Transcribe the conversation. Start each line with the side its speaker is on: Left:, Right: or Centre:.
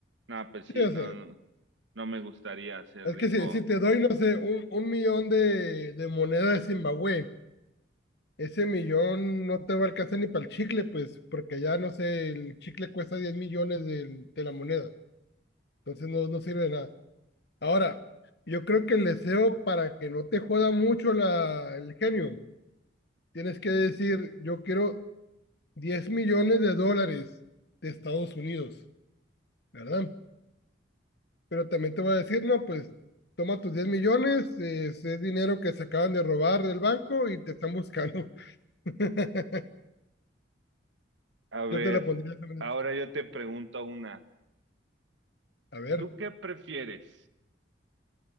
Right: No, pues sí,
Left: Sí, o
Right: no,
Left: sea,
Right: no, no me gustaría ser
Left: es
Right: rico.
Left: que si, si te doy, no sé, un, un millón de, de moneda de Zimbabue, ese millón no te va a alcanzar ni para el chicle, pues, porque ya, no sé, el chicle cuesta 10 millones del- de, la moneda. Entonces no, no sirve de nada. Ahora, yo creo que el deseo para que no te joda mucho la, el genio, tienes que decir, yo quiero 10 millones de dólares de Estados Unidos, ¿verdad? Pero también te va a decir, no, pues toma tus 10 millones, es, es dinero que se acaban de robar del banco y te están buscando. <laughs>
Right: A ver,
Left: Yo te la pondría de esa manera.
Right: ahora yo te pregunto una.
Left: A ver,
Right: ¿Tú qué prefieres?